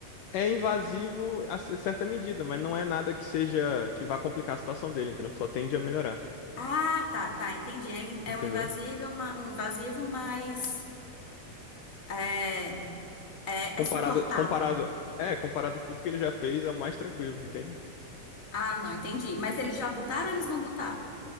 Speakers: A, on the left (about 70°); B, on the left (about 25°).
A: É invasivo a c- certa medida, mas não é nada que seja que vá complicar a situação dele, entendeu? Só tende a melhorar,
B: Ah, tá, tá, entendi. É, in- é
A: entendeu?
B: um invasível ma- um invasivo, mas é, é,
A: Comparado,
B: é suportável.
A: comparado, é, comparado a tudo que ele já fez, é o mais tranquilo, entende?
B: Ah, não, entendi. Mas eles já botaram ou eles vão botar?